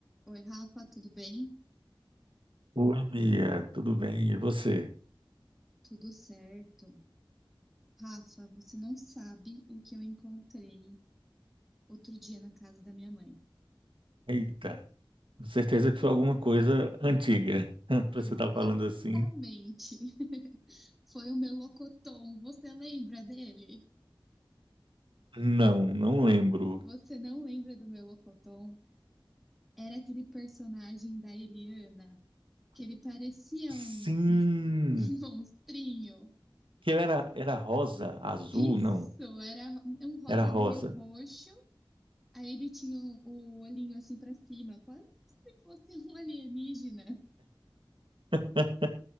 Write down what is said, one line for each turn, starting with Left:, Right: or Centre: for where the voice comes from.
Centre: Oi, Rafa, tudo bem?
Right: Oi, Mia, tudo bem? E você?
Centre: Tudo certo. Rafa, você não sabe o que eu encontrei outro dia na casa da minha mãe.
Right: Eita, com certeza que foi alguma coisa antiga. <laughs> Pra
Centre: Exatamente.
Right: você estar falando assim?
Centre: <laughs> Foi o Melocoton. Você lembra dele?
Right: Não, não lembro.
Centre: Você não lembra do Melocoton? Era aquele personagem da Eliana, que ele parecia um
Right: Sim,
Centre: <laughs> monstrinho.
Right: que ele era, era rosa, azul,
Centre: Isso,
Right: não,
Centre: era um rosa
Right: era rosa.
Centre: meio roxo. Aí ele tinha o, o olhinho assim pra cima, quase como se fosse um alienígena.
Right: <laughs>